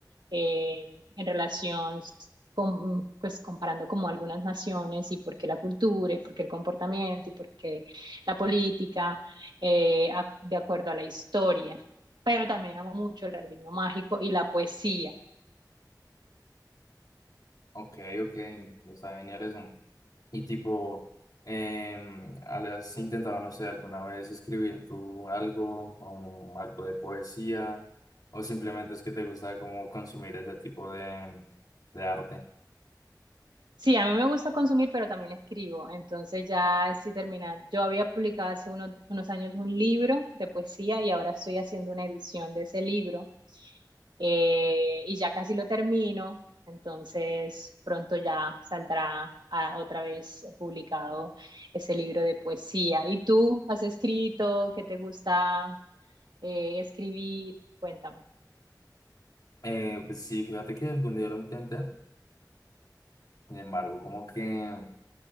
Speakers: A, on the right; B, on the left.
A: eh, en relación con, pues comparando como algunas naciones y por qué la cultura y por qué el comportamiento y por qué la política eh, a- de acuerdo a la historia. Pero también amo mucho el realismo mágico y la poesía.
B: Ok, ok, está genial eso. Y tipo, em, ¿has intentado, no sé, alguna vez escribir tú algo o algo de poesía? ¿O simplemente es que te gusta como consumir ese tipo de, de arte?
A: Sí, a mí me gusta consumir, pero también escribo. Entonces ya estoy terminando. Yo había publicado hace unos, unos años un libro de poesía y ahora estoy haciendo una edición de ese libro eh, y ya casi lo termino. Entonces pronto ya saldrá ah, otra vez publicado ese libro de poesía. ¿Y tú has escrito? ¿Qué te gusta eh, escribir? Cuéntame.
B: Eh, pues sí, fíjate que algún día lo intenté, sin embargo, como que